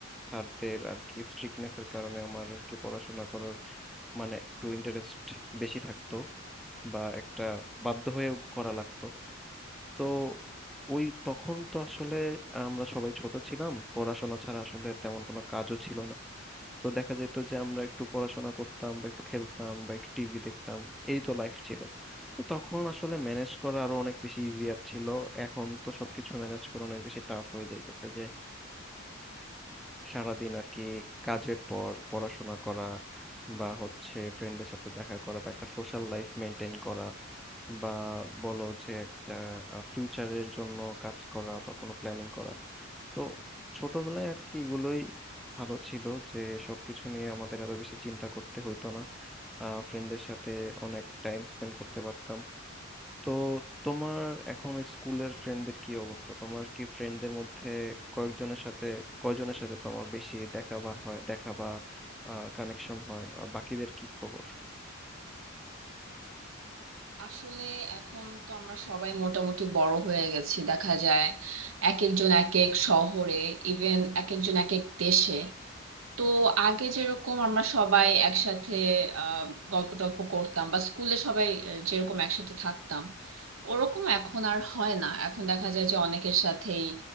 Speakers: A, in the centre; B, on the right (about 80°).
A: স্যারদের আর কি স্ট্রিক্টনেসের কারণে আমার আর কি পড়াশোনা করার মানে একটু ইন্টারেস্ট বেশি থাকতো বা একটা বাধ্য হয়ে করা লাগতো তো ওই তখন তো আসলে আমরা সবাই ছোট ছিলাম পড়াশোনা ছাড়া আসলে তেমন কোনো কাজও ছিল না তো দেখা যেত যে আমরা একটু পড়াশোনা করতাম বা একটু খেলতাম বা একটু টিভি দেখতাম এই তো লাইফ ছিল তো তখন আসলে ম্যানেজ করা আরো অনেক বেশি ইজিয়ার ছিল এখন তো সবকিছু ম্যানেজ করা অনেক বেশি টাফ হয়ে যাইতেছে যে সারাদিন আর কি কাজের পর পড়াশোনা করা বা হচ্ছে ফ্রেন্ডদের সাথে দেখা করা বা একটা সোশ্যাল লাইফ মেনটেন করা বা বলো যে একটা ফিউচারের জন্য কাজ করা বা কোনো প্ল্যানিং করা তো ছোটবেলায় আর কি এগুলোই ভালো ছিল যে সবকিছু নিয়ে আমাদের এত বেশি চিন্তা করতে হইতো না ফ্রেন্ডের সাথে অনেক টাইম স্পেন্ড করতে পারতাম তো তোমার এখন ওই স্কুলের ফ্রেন্ডদের কি অবস্থা তোমার কি ফ্রেন্ডদের মধ্যে কয়েকজনের সাথে কয়জনের সাথে তোমার বেশি দেখা বা হয় দেখা বা কানেকশন হয় আর বাকিদের কি খবর
B: আসলে এখন তো আমরা সবাই মোটামুটি বড় হয়ে গেছি দেখা যায় এক একজন এক এক শহরে ইভেন এক একজন এক এক দেশে তো আগে যেরকম আমরা সবাই একসাথে আহ গল্প টল্প করতাম বা স্কুলে সবাই আহ, যেরকম একসাথে থাকতাম ওরকম এখন আর হয় না এখন দেখা যায় যে অনেকের সাথেই